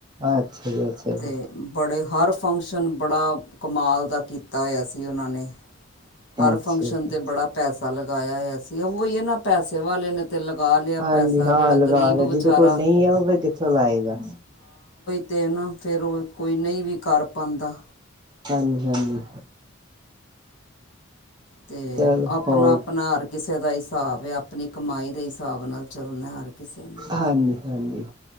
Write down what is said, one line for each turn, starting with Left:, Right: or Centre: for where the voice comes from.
Right: ਅੱਛਾ ਜੀ ਅੱਛਾ ਜੀ,
Left: ਅਤੇ ਬੜੇ ਹਰ ਫੰਕਸ਼ਨ ਬੜਾ ਕਮਾਲ ਦਾ ਕੀਤਾ ਹੋਇਆ ਸੀ ਉਹਨਾਂ ਨੇ, ਹਰ
Right: ਅੱਛਾ
Left: ਫੰਕਸ਼ਨ
Right: ਜੀ
Left: ਤੇ ਬੜਾ ਪੈਸਾ ਲਗਾਇਆ ਹੋਇਆ ਸੀ ਉਹੀ ਇਹ ਨਾ ਪੈਸੇ ਵਾਲੇ ਨੇ ਤੇ ਲਗਾ ਲਿਆ।
Right: ਹਾਂਜੀ,
Left: ਪੈਸਾ
Right: ਹਾਂ
Left: ਜਿਹੜਾ
Right: ਲਗਾ
Left: ਗਰੀਬ
Right: ਲ ਹੈ ਜਿਹਦੇ
Left: ਵਿਚਾਰਾ
Right: ਕੋਲ ਨਹੀਂ ਆ ਉਹ ਫੇਰ ਕਿੱਥੋਂ ਲਾਏਗਾ।
Left: ਤੇ ਨਾ ਫੇਰ ਉਹ ਕੋਈ ਨਹੀਂ ਵੀ ਕਰ ਪਾਦਾ।
Right: ਹਾਂਜੀ-ਹਾਂਜੀ,
Left: ਤੇ
Right: ਚਲ
Left: ਆਪਣਾ
Right: ਹੋਰ
Left: ਆਪਣਾ ਹਰ ਕਿਸੇ ਬੱਚ ਦਾ ਹਿਸਾਬ ਹੈ ਆਪਣੀ ਕਮਾਈ ਦੇ ਹਿਸਾਬ ਨਾਲ ਚੱਲਣਾ ਹਰ ਕਿਸੇ
Right: ਹਾਂਜੀ-ਹਾਂਜੀ,